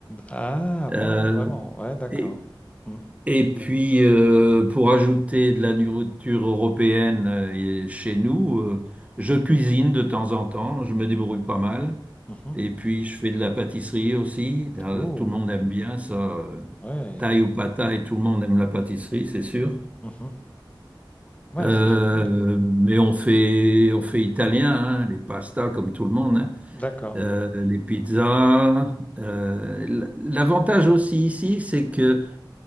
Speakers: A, on the left; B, on the right.
A: Ah bon,
B: Euh,
A: vraiment. Ouais, d'accord.
B: et,
A: Mm,
B: et puis, euh, pour ajouter de la nourriture européenne euh, et chez nous, euh, je cuisine de temps en temps, je me débrouille pas mal.
A: mhm.
B: Et puis, je fais de la pâtisserie aussi. Euh,
A: Oh,
B: Tout le monde aime bien ça. euh,
A: ouais.
B: Thaï ou pas thaï, tout le monde aime la pâtisserie, c'est sûr.
A: Mhm. Ouais,
B: Euh,
A: c'est génial ça.
B: mais on fait, on fait italien, hein, les pastas comme tout le monde, hein,
A: D'accord.
B: euh, les pizzas. euh, l- l'avantage aussi ici, c'est que,